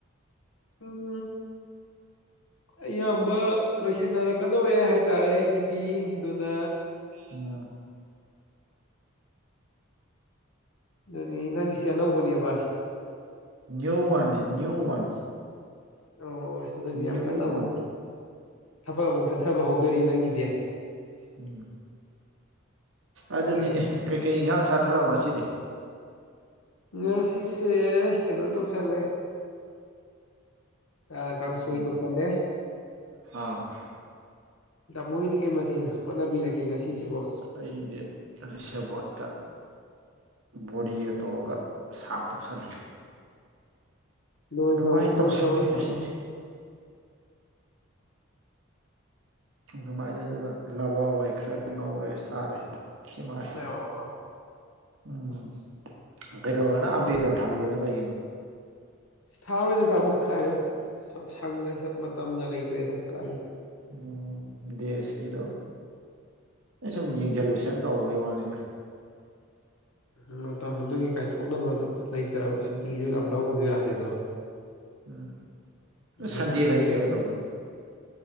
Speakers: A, on the left; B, on the right.
A: ꯎꯝ ꯑꯩ ꯏꯌꯝꯕ꯫ ꯂꯣꯏꯁꯤꯟꯅꯔꯛꯀꯗꯧꯔꯦ ꯍꯥꯏꯇꯥꯔꯦ ꯑꯩꯒꯤꯗꯤ ꯑꯗꯨꯅ꯫
B: ꯎꯝ꯫
A: ꯑꯗꯨꯅꯤ ꯅꯪꯒꯤꯁꯦ ꯑꯅꯧꯕꯅꯦꯕ꯫
B: ꯅꯤꯌꯨ ꯋꯥꯟꯅꯦ ꯅꯤꯌꯨ ꯋꯥꯟ꯫
A: ꯑꯣ ꯑꯗꯨꯗꯤ
B: ꯅ꯭ꯌꯨ
A: ꯌꯥꯝ ꯀꯟꯅ ꯑꯃꯨꯛ
B: ꯋꯥꯟ
A: ꯊꯕꯛ ꯑꯃꯨꯛ ꯆꯠꯊꯕ ꯍꯧꯗꯣꯔꯤ ꯅꯪꯒꯤꯗꯤ꯫
B: ꯎꯝ ꯑꯗꯨꯅꯤꯅꯦ
A: ꯐꯔꯦ ꯐꯔꯦ
B: ꯀꯩꯀꯩ ꯏꯟꯁꯥꯡ ꯆꯥꯊꯔꯕ ꯉꯁꯤꯗꯤ꯫
A: ꯉ ꯁꯤꯁꯦ ꯀꯩꯅꯣ ꯇꯧꯁꯦꯜꯂꯦ꯫ ꯑ ꯀꯥꯡꯁꯣꯏ
B: ꯎꯝ
A: ꯇꯧꯁꯤꯜꯂꯦ꯫
B: ꯑꯥ
A: ꯇꯥꯃꯣꯒꯤꯗꯤ ꯀꯩ ꯃꯊꯦꯜ ꯍꯣꯠꯅꯕꯤꯔꯒꯦ ꯉꯁꯤꯁꯤꯕꯨ꯫
B: ꯑꯁ ꯑꯩꯗꯤ ꯁꯦꯕꯣꯠꯀ ꯕꯣꯔꯤꯒ ꯇꯧꯔꯒ ꯁꯥꯞ꯫ ꯇꯧꯁꯜꯂꯦ꯫
A: ꯂꯣꯢ
B: ꯑꯗꯨꯃꯥꯏꯅ
A: ꯈꯔ ꯂꯣꯏ
B: ꯇꯧꯁꯟꯈ꯭ꯔꯦ
A: ꯈꯔꯕ ꯅꯪ
B: ꯉꯁꯤꯗꯤ
A: ꯊꯕ꯫
B: ꯑꯗꯨꯃꯥꯏꯅ ꯑꯗꯨꯒ ꯂꯕꯥꯋꯥꯏ ꯈꯔ ꯉꯧꯔꯦ ꯆꯥꯔꯦ꯫ ꯁꯤ ꯃꯉꯥꯏ
A: ꯌꯥ <unintelligible>
B: ꯎꯝ ꯀꯩꯗꯧꯔꯒꯅ ꯑꯕꯦꯔꯀꯔ ꯊꯥꯔꯣꯏꯅ ꯀꯩꯒꯤꯅꯣ꯫
A: ꯊꯥꯔꯣꯏꯗ ꯇꯥꯃꯣ ꯈꯔꯗꯩꯅꯣ ꯁꯪꯗ꯭ꯔꯦ ꯁ ꯃꯇꯝꯒ ꯂꯩꯇ꯭ꯔꯦꯗ ꯀꯗꯩꯗꯩꯅꯣ꯫
B: ꯎꯝ ꯗꯦꯁꯀꯤꯗꯣ ꯑꯩ ꯁꯨꯝ ꯌꯦꯡꯁꯜꯂꯨꯁꯟ ꯇꯧꯕꯩ ꯋꯥꯅꯤꯗ꯫
A: ꯎ ꯃꯇꯝ ꯑꯗꯨꯒꯤ ꯀꯥꯏꯊꯣꯛꯅꯕꯗꯣ ꯂꯩꯇ꯭ꯔꯕ ꯁꯛꯇꯤꯁꯨ
B: ꯎꯝ
A: ꯌꯥꯝ ꯂꯧꯕꯁꯨ ꯌꯥꯗꯦ ꯗꯣ꯫
B: ꯎꯝ꯫
A: ꯑꯗꯨꯗꯣ
B: ꯁꯟꯗꯦꯗꯅꯤ
A: ꯈꯜꯂꯤꯕ꯫
B: ꯀꯩꯅꯣ ꯇꯧꯗꯣꯏꯗꯣ